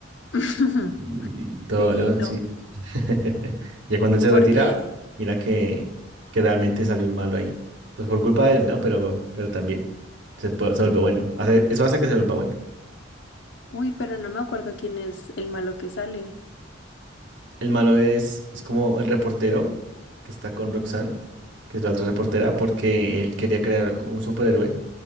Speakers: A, on the left; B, on the right.
A: <laughs>
B: Y, y todo,
A: Sí,
B: ¿no?
A: no,
B: sí. <laughs> Ya cuando él se
A: porque,
B: retira, mira que, que realmente salió un malo ahí. Pues por culpa de él, ¿no? Pero, pero también se, pu- se vuelve bueno. Hace- eso hace que se vuelva bueno.
A: uy, pero no me acuerdo quién es el malo que sale.
B: El malo es, es como el reportero que está con Roxanne, que es la otra reportera, porque él quería crear un superhéroe